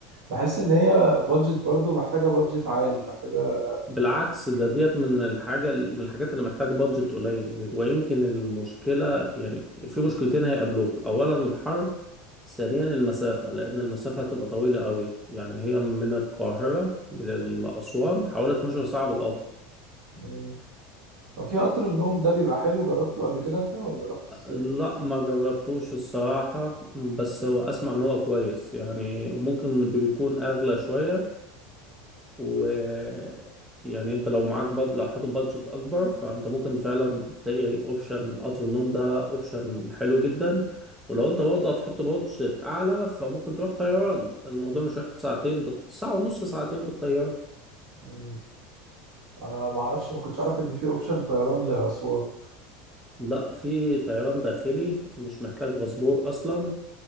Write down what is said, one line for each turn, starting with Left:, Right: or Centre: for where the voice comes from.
Right: بحس إن هي بادجت برضه محتاجة بادجت عالي محتاجة
Centre: بالعكس ده ديت من الحاجة من الحاجات اللي محتاجة بادجت قليل ويمكن المشكلة يعني في مشكلتين هيقابلوك أولا الحر ثانيا المسافة لأن المسافة هتبقى طويلة قوي يعني هي من القاهرة لأسوان حوالي 12 ساعة بالقطر
Right: مم. طب في قطر النوم ده بيبقى حلو جربته قبل كده أنت ولا رحت إزاي؟
Centre: لا ما جربتوش الصراحة بس هو أسمع إن هو كويس يعني وممكن بيكون أغلى شوية و يعني أنت لو معاك بط... لو حاطط بادجت أكبر فأنت ممكن فعلا تلاقي أوبشن قطر النوم ده أوبشن حلو جدا ولو أنت برضه هتحط بادجت أعلى فممكن تروح طيران الموضوع مش هياخد ساعتين بت... ساعة ونص ساعتين بالطيارة
Right: مم. انا ما اعرفش ما كنتش اعرف ان في اوبشن طيران لاسوان
Centre: لا في طيران داخلي مش محتاج باسبور أصلا